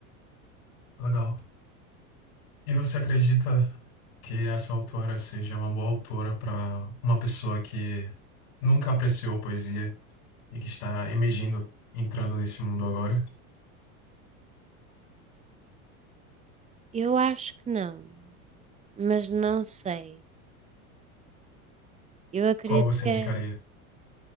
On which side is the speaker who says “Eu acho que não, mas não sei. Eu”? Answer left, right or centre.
Right